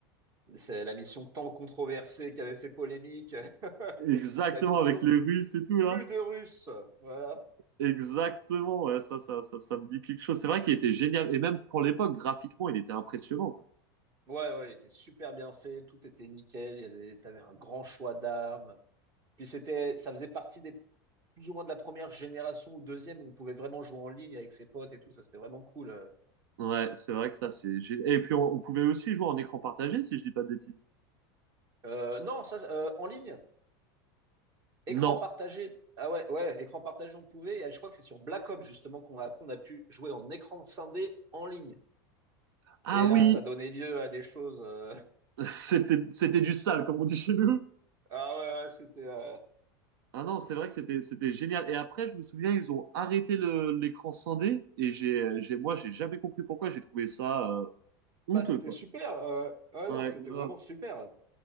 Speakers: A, on the right; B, on the right.
A: c'est la mission tant controversée qui avait fait polémique. <laughs>
B: Exactement,
A: La mission
B: avec les Russes et tout
A: plus
B: là.
A: de Russes. Voilà.
B: Exactement, ouais, ça, ça, ça, ça me dit quelque chose. C'est vrai qu'il était génial. Et même pour l'époque, graphiquement, il était impressionnant, quoi.
A: Ouais, ouais, elle était super bien faite, Tout était nickel. Il y avait, t'avais un grand choix d'armes. Puis c'était, ça faisait partie des, plus ou moins de la première génération ou deuxième où on pouvait vraiment jouer en ligne avec ses potes et tout. Ça, c'était vraiment cool. euh.
B: Ouais, c'est vrai que ça, c'est gé- Et puis, on, on pouvait aussi jouer en écran partagé, si je dis pas de bêtises.
A: Euh, non, ça, euh, en ligne, écran
B: Non.
A: partagé. Ah ouais, ouais, écran partagé, on pouvait. Et je crois que c'est sur Black Ops justement qu'on a, on a pu jouer en écran scindé en ligne.
B: Ah
A: Et
B: oui,
A: là, ça donnait lieu à des choses. euh, <laughs>
B: <laughs> c'était, c'était du sale, comme on dit chez nous.
A: Ah ouais, ouais, c'était, euh,
B: Ah non, c'est vrai que c'était c'était génial. Et après, je me souviens, ils ont arrêté le- l'écran scindé et j'ai j'ai moi j'ai jamais compris pourquoi. J'ai trouvé ça euh, honteux
A: bah c'était
B: quoi.
A: super. euh, Ouais,
B: Ouais,
A: non, c'était
B: grave.
A: vraiment super.